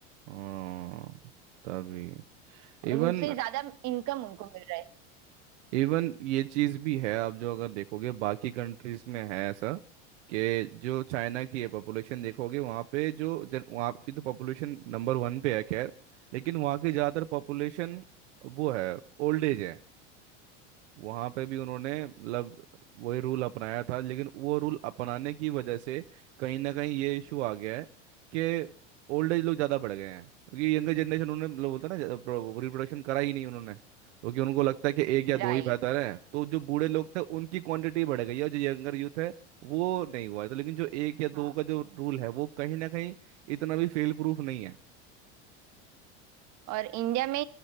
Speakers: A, on the right (about 75°); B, on the right (about 50°).
A: हाँ, तभी
B: और
A: इवन
B: उनसे ज्यादा इनकम उनको मिल रहा
A: इवन ये चीज भी है आप जो अगर देखोगे बाकी कंट्रीज में है ऐसा कि जो चाइना की है पॉपुलेशन देखोगे वहाँ पे जो जन, वहाँ की तो पॉपुलेशन नंबर वन पे है खैर लेकिन वहाँ की ज़्यादातर पॉपुलेशन वो है ओल्ड एज है वहां पे भी उन्होंने मतलब वही रूल अपनाया था लेकिन वो रूल अपनाने की वजह से कहीं ना कहीं ये इशू आ गया है कि ओल्ड एज लोग ज़्यादा बढ़ गए हैं क्योंकि यंगर जनरेशन उन्होंने मतलब बोलता है ना रिप्रोडक्शन करा ही नहीं उन्होंने क्योंकि उनको लगता है कि एक या
B: है
A: दो
B: राइट
A: ही बेहतर है तो जो बूढ़े लोग थे उनकी क्वांटिटी बढ़ गई है और जो यंगर यूथ है वो नहीं हुआ है तो लेकिन जो एक या दो
B: हाँ
A: का जो रूल है वो कहीं ना कहीं इतना भी फेल प्रूफ नहीं है
B: और इंडिया में